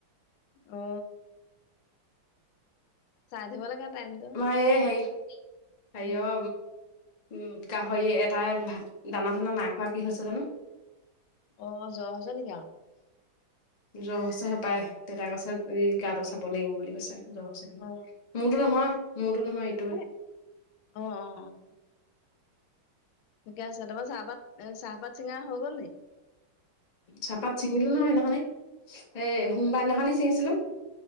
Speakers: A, on the left; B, on the left.
A: অ চাজ দিব লাগে টাইমটো
B: মাৰ হে হে
A: উম
B: অ উম গাহৰি। তাই ভাত দানা-চানা নাইখোৱা কি হৈছে জানো?
A: অ', জ্বৰ হৈছে নেকি অ'।
B: জ্বৰ হৈছে হপায় দেউতাক আছে গা চাব লাগিব বুলি কৈছে। জৰ
A: অ
B: মোৰতো নহয়। মোৰতো নহয় এইটো
A: এ, অ', অ', অ'। ঠিকে আছে তোমাৰ চাহপাত চাহপাত চিঙা হৈ গ'ল নেকি?
B: চাহপাত চিঙিলো নহয় সেইদিনাখনি এ সোমবাৰ দিনাখনি ছিঙিছিলোঁ।